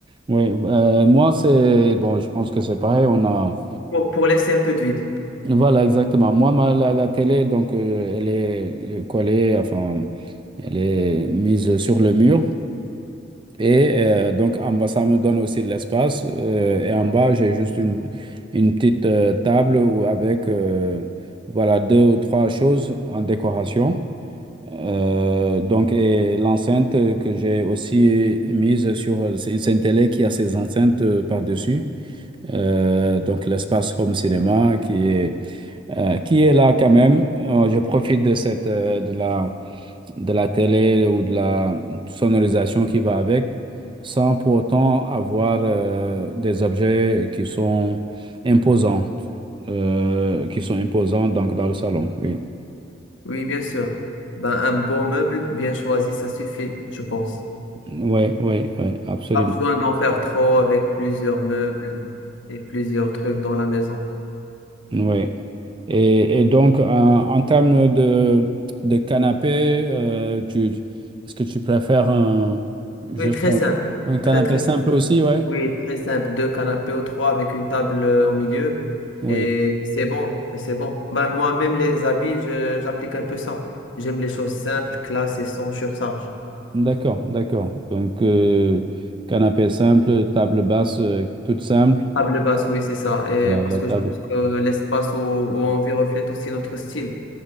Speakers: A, on the right (about 25°); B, on the left (about 70°).
A: Oui, euh, moi c'est, bon, je pense que c'est pareil, on a.
B: pour, pour laisser un peu de vide.
A: Voilà, exactement. Moi, ma- la, la télé, donc, euh, elle est euh, collée, enfin, elle est mise sur le mur. Et euh, donc, en bas, ça me donne aussi de l'espace. Euh, et en bas, j'ai juste une, une petite euh, table où- avec, euh, voilà, deux ou trois choses en décoration. Euh, donc, et l'enceinte que j'ai aussi mise sur, c'est c'est une télé qui a ses enceintes euh, par-dessus. Euh, donc, l'espace home cinéma qui est euh, qui est là quand même. Euh, je profite de cette, euh, de la, de la télé ou de la sonorisation qui va avec, sans pour autant avoir euh, des objets qui sont imposants, euh, qui sont imposants donc dans le salon. Oui,
B: Oui, bien sûr. Ben, un bon meuble bien choisi, ça suffit, je pense.
A: oui, oui, oui, absolument.
B: Pas besoin d'en faire trop avec plusieurs meubles et plusieurs trucs dans la maison.
A: Oui. Et, et donc, en, en termes de, de canapé, euh, tu, est-ce que tu préfères un, juste
B: Oui, très
A: un,
B: simple,
A: un canapé
B: très très
A: simple
B: simple.
A: aussi, ouais?
B: Oui, très simple, deux canapés ou trois avec une table euh, au milieu.
A: Oui.
B: Et c'est bon, et c'est bon. Ben, moi, même les habits, je- j'applique un peu ça. J'aime les choses simples, classe et sans surcharge.
A: D'accord, d'accord. Donc, euh, canapé simple, table basse, euh, toute simple.
B: Table basse, oui, c'est ça. Et
A: Voilà,
B: parce
A: la
B: que
A: table.
B: je pense que l'espace où, où on vit reflète aussi notre style.